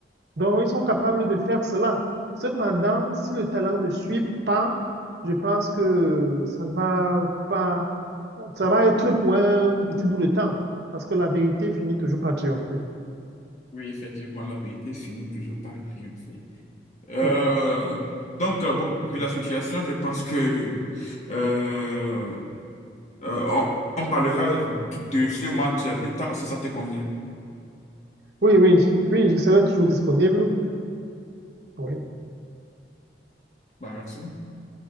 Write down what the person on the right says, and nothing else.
Donc, ils sont capables de faire cela. Cependant, si le talent ne suit pas, je pense que ça ne va pas, ça va être pour un petit bout de temps, parce que la vérité finit toujours par triompher.
Oui,
oui, oui, oui, je serai toujours disponible. Oui.